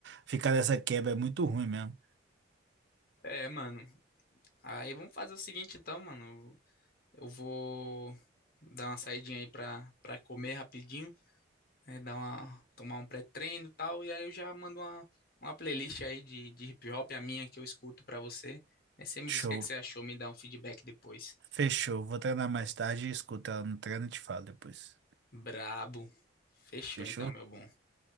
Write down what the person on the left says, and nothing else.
É, mano. Aí vamos fazer o seguinte então, mano. Eu vou dar uma saidinha aí pra, pra comer rapidinho, né, dar uma, tomar um pré-treino e tal. E aí eu já mando uma, uma playlist aí de, de hip hop, a minha que eu escuto pra você. Aí você me
diz o que é que você achou, me dá um feedback depois.
Brabo. Fechou
então, meu bom.